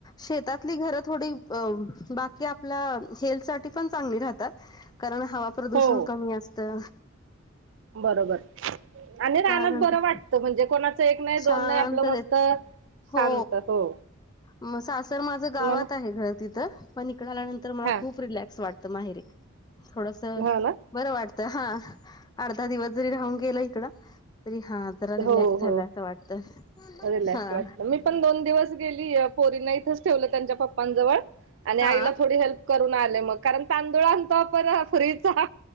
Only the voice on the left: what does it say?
शेतातली घर थोडी अ बाक की आपल्या हेल्थ साठी पण चांगली राहतात. कारण हवा, प्रदूषण
कमी असतं.
त्यानंतर
शांततेत
हो.
मग सासर माझं गावात
आहे घर. तिथं पण इकड आल्यानंतर, मला
खूप रिलॅक्स वाटतं माहेरी थोडंसं.
बरं वाटतं हा, अर्धा दिवस जरी राहून गेलं इकडं. तरी हा जरा
रिलॅक्स
झाल असं वाटतं.
हा.
हा